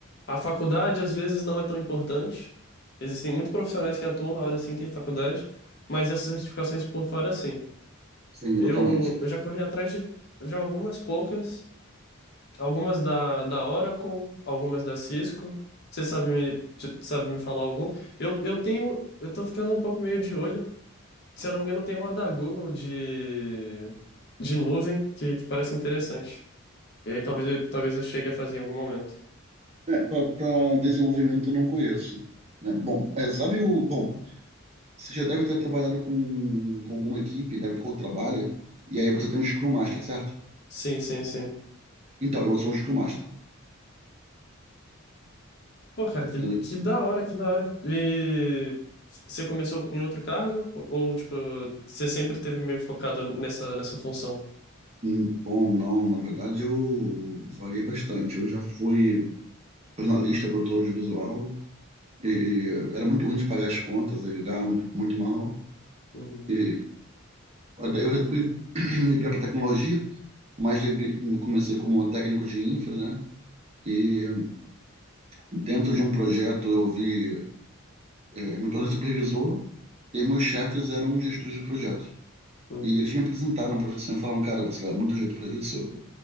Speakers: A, on the left; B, on the right.
A: a faculdade às vezes não é tão importante. Existem muitos profissionais que atuam na hora sim, tem faculdade, mas essas certificações por fora sim.
B: Sim,
A: Eu,
B: exatamente.
A: eu já corri atrás de, de algumas poucas, algumas da, da Oracle, algumas da Cisco. Você sabe me, t- sabe me falar algum? Eu, eu tenho, eu tô ficando um pouco meio de olho. Se eu não me engano, tem uma da Google de, de nuvem que, que parece interessante. E aí talvez eu, talvez eu chegue a fazer em algum momento.
B: É, para desenvolvimento eu não conheço. né? Bom, é, sabe o. Bom, você já deve ter trabalhado com, com alguma equipe, deve, ou trabalha, e aí você tem um Scrum Master, certo?
A: Sim, sim, sim.
B: Então, eu sou um Scrum Master.
A: Pô, cara, que,
B: Entendeu?
A: que da hora, que da hora. E você começou em outro cargo? Ou, ou, tipo, você sempre teve meio focado nessa, nessa função?
B: Hum, Bom, não, na verdade eu variei bastante. Eu já fui jornalista, produtor audiovisual, e era muito ruim de pagar as contas, aí eu ganhava muito, muito mal.
A: Uhum,
B: E daí eu resolvi <clears throat> ligar para tecnologia, mas liguei- comecei como técnico de infra, né? E Dentro de um projeto eu vi, é, me tornei supervisor e meus chefes eram gestores de projeto.
A: uhum.
B: E eles me apresentaram a profissão e falaram, cara, você dá muito jeito para isso, eu